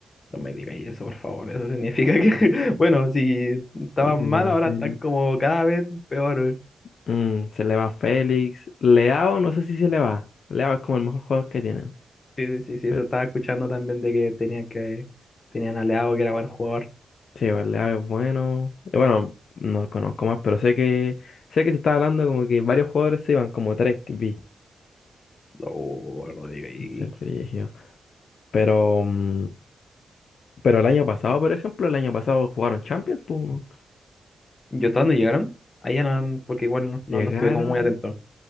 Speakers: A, on the left; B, on the left.
A: no me digáis eso, por favor. Eso significa que, <laughs> bueno, si estaban
B: Sí. Se
A: mal,
B: le va
A: ahora
B: Félix.
A: están como cada vez peor.
B: Mm, se le va Félix. Leao, no sé si se le va. Leao es como el mejor jugador que tienen.
A: Sí, sí, sí, sí,
B: Pero
A: eso estaba escuchando también de que tenían que, tenían a Leao, que era buen jugador.
B: sí, bueno, Leao es bueno. Y Bueno, no conozco más, pero sé que sé que se está hablando como que varios jugadores se iban, como tres que vi.
A: No, no digáis.
B: Entonces, brígido. Pero mm, Pero el año pasado, por ejemplo, el año pasado jugaron Champions, pum,
A: ¿Yo hasta dónde llegaron? Allá no, porque igual no, no,
B: llegaron,
A: no estuve como muy atento.